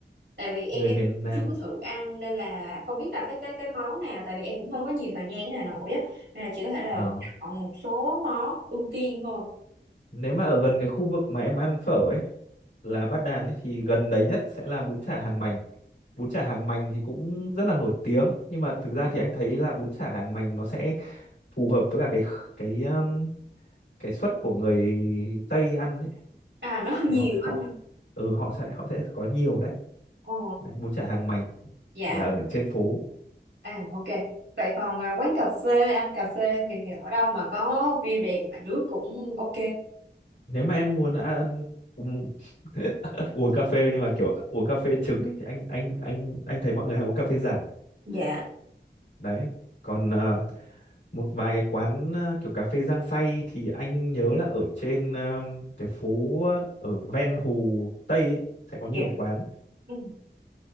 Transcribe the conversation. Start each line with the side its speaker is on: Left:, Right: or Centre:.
Right: tại vì em
Left: người
Right: em
Left: miền Nam
Right: chưa có thử ăn nên là không biết là cái cái cái món nào tại vì em cũng không có nhiều thời gian ở Hà Nội á nên là chỉ có thể là
Left: Ờ,
Right: chọn một số món ưu tiên thôi
Left: nếu mà ở gần cái khu vực mà em ăn phở ấy là Bát Đàn ấy thì gần đấy nhất sẽ là bún chả Hàng Mành bún chả Hàng Mành thì cũng rất là nổi tiếng nhưng mà thực ra thì anh thấy là bún chả Hàng Mành nó sẽ phù hợp với cả cái cái um, cái suất của người Tây ăn ấy
Right: à nó <laughs>
Left: thì
Right: nhiều
Left: họ họ
Right: anh ạ.
Left: ừ họ sẽ họ sẽ có nhiều đấy
Right: ồ
Left: đấy bún chả hàng mành
Right: dạ
Left: là ở trên phố
Right: à ok vậy còn à, quán cà phê ăn cà phê thì ở đâu mà có view đẹp mà nước cũng ok
Left: nếu mà em muốn ăn uống, <laughs> uống cà phê nhưng mà kiểu uống cà phê trứng ấy, thì anh anh anh anh thấy mọi người hay uống cà phê Giảng
Right: Dạ.
Left: đấy còn à, một vài cái quán à, kiểu cà phê Giang Say thì anh nhớ là ở trên à, cái phố à, ở ven Hồ Tây ấy, sẽ có nhiều
Right: dạ
Left: quán
Right: Ừ,